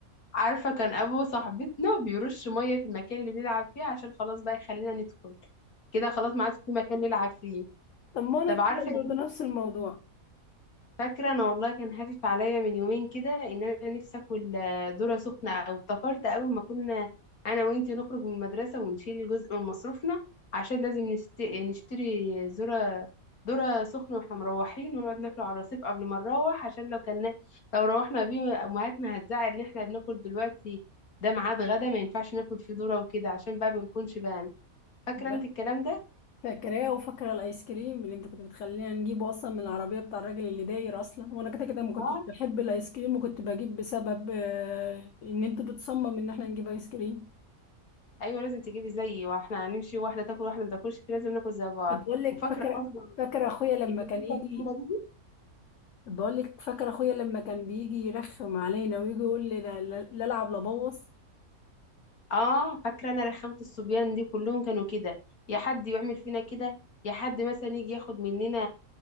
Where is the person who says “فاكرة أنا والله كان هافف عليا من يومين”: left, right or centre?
Left